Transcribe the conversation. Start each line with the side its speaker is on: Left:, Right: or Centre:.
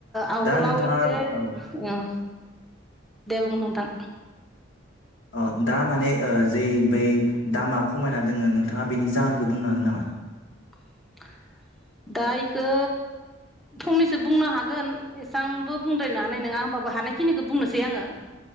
Centre: आवगोलाव
Left: दा नोंथाङा
Centre: एसे
Left: औ
Centre: ओम दे बुं नोंथां।
Left: अ दा माने जै बै दामा खमायना दोङो नोंथाङा बेनि जाहोनखौ बुंनो हागोन नामा?
Centre: <inaudible> <inaudible> दा इखो फंनैसो बुंनो हागोन एसांबो बुंद्रायनो हानाय नङा। होनबाबो हानायखिनिखौ बुंनोसै आङो।